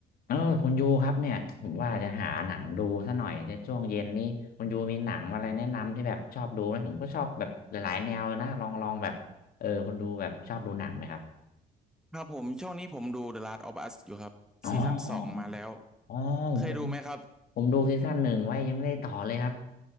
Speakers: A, on the left (about 60°); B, in the centre.
A: เออคุณยูครับเนี่ยผมว่าจะหาหนังดูซะหน่อยในช่วงเย็นนี้คุณยูมีหนังอะไรแนะนำที่แบบชอบดูไหมผมก็ชอบแบบหลายๆแนวเลยนะลองลองแบบเออคุณดูแบบชอบดูหนังไหมครับ
B: ครับผมช่วงนี้ผมดู The Last of Us อยู่ครับซีซั่นสองมาแล้ว
A: อ๋ออ๋อผมก็
B: เคยดูไหมครับ
A: ผมดูซีซั่นหนึ่งไว้ยังไม่ได้ต่อเลยครับ